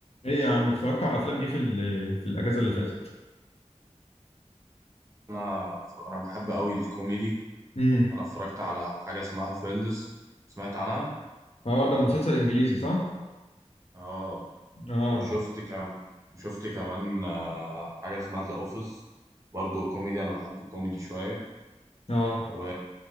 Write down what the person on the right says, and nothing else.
انا انا بحب قوي الكوميدي
انا اتفرجت على حاجه اسمها فريندز سمعت عنها
اه
وشفت كم شفت كمان آه، حاجه اسمها ذا اوفيس برضو كوميدي انا بحب الكوميدي شويه
و...